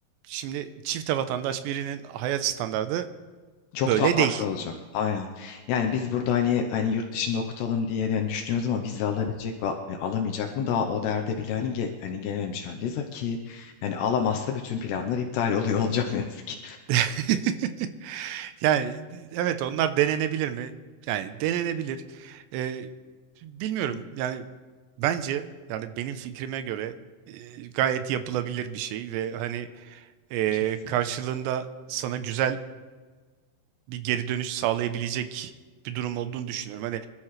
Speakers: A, on the right; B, on the left.
A: şimdi çifte vatandaş birinin hayat standardı
B: Çok
A: böyle
B: daha farklı
A: değil.
B: olacak. Aynen. Yani biz burada hani hani yurt dışında okutalım diye yani düşünüyoruz ama vize alabilecek mi, alamayacak mı daha o derde bile hani ge- hani gelememiş haldeyiz ki yani alamazsa bütün planlar iptal oluyor olacak ne yazık ki.
A: <laughs> Yani evet onlar denenebilir mi? Yani denenebilir. Ee, bilmiyorum yani bence yani benim fikrime göre e, gayet yapılabilir bir şey ve hani e,
B: <laughs> Kesinlikle.
A: karşılığında sana güzel bir geri dönüş sağlayabilecek bir durum olduğunu düşünüyorum. Hani